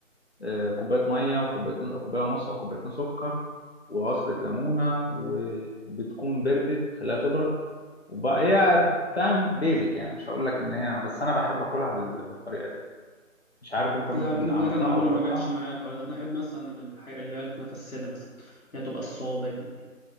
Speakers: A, on the left (about 50°); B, on the left (about 85°).
A: آه، كوباية مية وكوبايتين كوباية ونص أو كوبايتين سكر وعصرة ليمونة وبتكون بردت خليها تبرد وبقى هي فاهم بيزك يعني مش هقول لك إن هي بس أنا بحب أكلها بال- بالطريقة دي مش عارف أنت ممكن
B: لا بيني
A: عملتها
B: وبينك انا عمري
A: أو جربتها
B: ما جاتش معايا الحوار ده. انا احب مثلا الحاجه اللي هي الكنافه الساده مثلا اللي هي تبقى الصابع دي